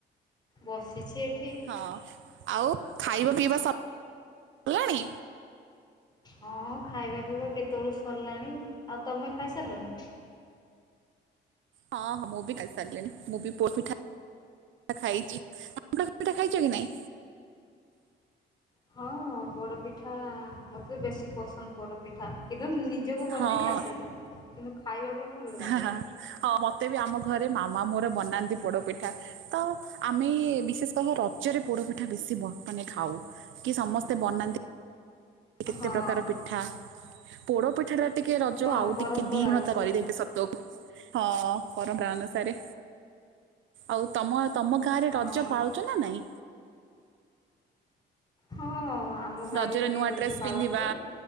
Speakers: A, on the left; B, on the right.
A: ବସିଛି ଏଠି।
B: ହଁ, ଆଉ ଖାଇବା ପିଇବା ସବୁ ସରିଲାଣି।
A: ହଁ ଖାଇବା ପିଇବା କେତେବେଳୁ ସରିଲାଣି ଆଉ ତମେ ଖାଇସାରିଲଣି।
B: ହଁ, ହଁ, ମୁଁ ବି ଖାଇ ସାରିଲିନି, ମୁଁ ବି ପୋଅ ପିଠା ଖାଇଛି, <unintelligible> ପିଠା ଖାଇଛ କି ନାଇଁ?
A: ହଁ ପୋଡ଼ପିଠା ମୋତେ ତ ବେଶୀ ପସନ୍ଦ ପୋଡ଼ପିଠା। କିନ୍ତୁ ନିଜକୁ ବନେଇ
B: ହଁ
A: ଆସେନି କିନ୍ତୁ ଖାଇବାକୁ ଭଲ ଲାଗେ।
B: ହଁ ହଁ, ମତେ ବି ଆମ ଘରେ ମାମା ମୋର ବନାନ୍ତି ପୋଡପିଠା। ତ ଆମେ ବିଶେଷତଃ ରଜରେ ପୋଡ ପିଠା ବେଶୀ ମାନେ ଖାଉ। କି ସମସ୍ତେ ବନାନ୍ତି କେତେ
A: ହଁ
B: ପ୍ରକାର ପିଠା, ପୋଡ଼ପିଠାଟା ଟିକେ ରଜ
A: ହଁ
B: ଆଉ
A: ପରମ୍ପରା
B: ଟିକେ ଦିଗୁଣ
A: ଅଛି।
B: କରିଦେବେ ସତକୁ ହଁ ପରମ୍ପରା ଅନୁସାରେ ଆଉ ତମ ତମ ଗାଁରେ
A: ହଁ
B: ରଜ ପାଳୁ <unintelligible> ନା ନାଇଁ
A: ହଁ ଆମ ଗାଁରେ
B: ରଜରେ
A: ବି
B: ନୂଆ
A: ରଜ
B: ଡ୍ରେସ
A: ପାଳନ୍ତି,
B: ପିନ୍ଧିବା